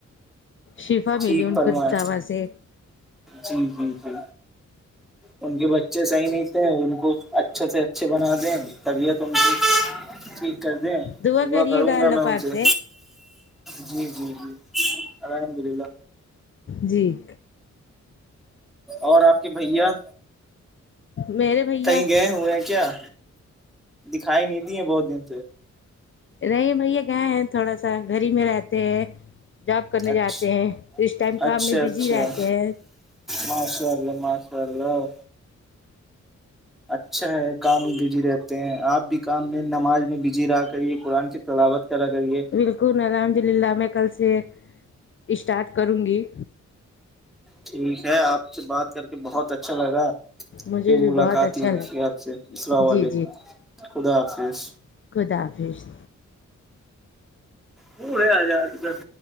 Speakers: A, on the left; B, in the centre.
A: شفا ملی
B: ٹھیک
A: ان
B: فرمائ
A: کو دوا سے
B: جی جی جی ان کے بچے صحیح نہیں تھے ان کو اچھا سے اچھے بنا دیں طبیعت ان کی ٹھیک کر دیں
A: دعا
B: صبح
A: کریے
B: کروں
A: اللہ
B: گا میں ان
A: پاک
B: سے جی جی جی الحمد للہ
A: جی
B: اور آپ کے بھیا
A: میرے بھیا
B: کہیں گئے ہوئے ہیں کیا دکھائی نہیں دیے بہت دن سے
A: نہیں بھیا گئے ہیں تھوڑا سا گھر ہی میں رہتا ہیں جاب کرنے
B: اچھا
A: جاتے ہیں اس ٹائم
B: اچھا
A: کام میں بزی
B: اچھا
A: رہتے ہیں
B: ماشاء اللہ ماشاء اللہ اچھا ہے کام بجی رہے تے ہیں آپ بھی کام میں نماز میں بزی رہا کریے قرآن کی تلاوت کرا کرے
A: بالکل الحمد للہ میں کل سے اسٹارٹ کروں گی
B: ٹھیک ہے آپ سے بات کر کے بہت اچھا لگا
A: مجھے
B: پ
A: بھی
B: ملاقات
A: بہت اچھا
B: ہییاپ
A: لگا
B: سے اللام
A: جی
B: علیکم خدا حافظ
A: خداف
B: پڑے آ جاتد گس